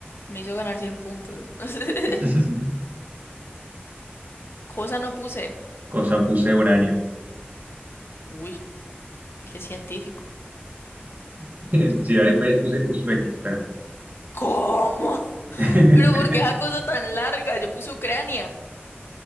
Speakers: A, on the left; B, on the right.
A: Me hizo ganar 100 puntos. <laughs>
B: <laughs>
A: Cosa no puse.
B: Cosa puse uranio.
A: Uy, qué científico.
B: <laughs> Ciudad y país puse Uzbekistán.
A: ¿Cómo?
B: <laughs>
A: Pero ¿por qué esa cosa tan larga? Yo puse Ucrania,